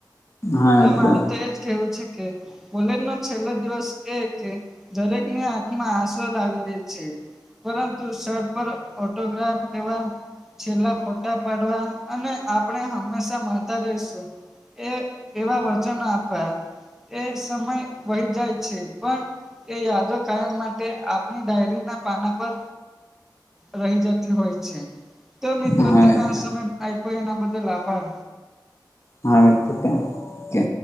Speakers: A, on the left; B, in the centre.
A: હા
B: તો
A: મિત્ર
B: મારું તો એજ કેવું છે કે, કોલેજ નો છેલ્લો દિવસ એ કે દરેકની આંખમાં આંસુ લાવી દે છે. પરંતુ સર પર ઓટોગ્રાફ લેવા છેલ્લા ફોટા પાડવા અને આપણે હંમેશા મળતા રહીશું. એ એવા વચન આપ્યા એ સમય વહી જાય છે પણ! એ યાદો કાયમ માટે આપણી ડાયરીના પાના પર. રહી જતી હોય છે. તો મિત્રો
A: હા
B: તમે
A: મિત્ર
B: આ તો આપ્યો એના બદલ આભાર!
A: <unintelligible> હિતિત કે